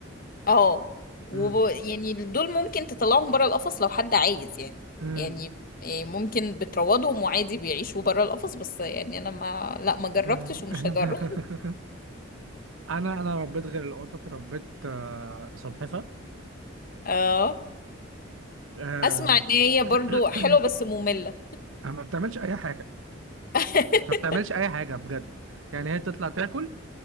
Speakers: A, on the left (about 45°); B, on the right (about 80°).
A: اه وب...
B: امم
A: يعني دول ممكن تطلعهم بره القفص لو حد عايز يعني
B: امم
A: يعني إيه، ممكن بتروضهم وعادي بيعيشوا بره القفص بس يعني انا ما لا ما جربتش
B: <laughs>
A: ومش هجرب
B: انا انا ربيت غير القطط ربيت آه، سلحفه
A: <laughs> اه
B: آه،
A: اسمع ان هي
B: <clears throat>
A: برضو حلوه بس ممله
B: ما بتعملش اي حاجه
A: <laughs>
B: ما بتعملش اي حاجه بجد يعني هي تطلع تاكل